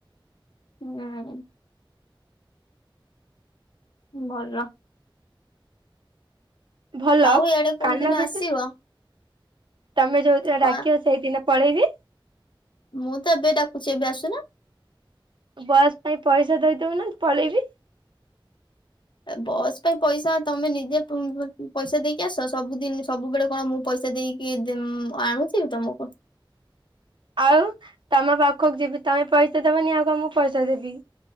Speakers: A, on the left; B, on the right.
A: ହୁଁ ଭଲ।
B: ଭଲ
A: ଆଉ ଇଆଡେ କୋଉ
B: କାନ
A: ଦିନ
B: ଭିତ
A: ଆସିବ
B: ତମେ ଯୋଉଦିନ
A: କଣ
B: ଡାକିବ ସେଇଦିନ ପଳେଇବି।
A: ମୁଁ ତ ଏବେ ଡାକୁଚି ଏବେ ଆସୁନ।
B: ବସ୍ ପାଇଁ ପଇସା ଦେଇଦୋଉନୁ ପଳେଇବି।
A: ବସ୍ ପାଇଁ ପଇସା ତମେ ନିଜେ ପଇସା ଦେଇକି ଆସ ସବୁଦିନ ସବୁବେଳେ କଣ ମୁଁ ପଇସା ଦେଇକି ଆଣୁଥିବି ତମକୁ।
B: ଆଉ ତମ ପାଖକୁ ଯିବି ତମେ ପଇସା ଦବନି ଆଉ ମୁଁ ପଇସା ଦେବି।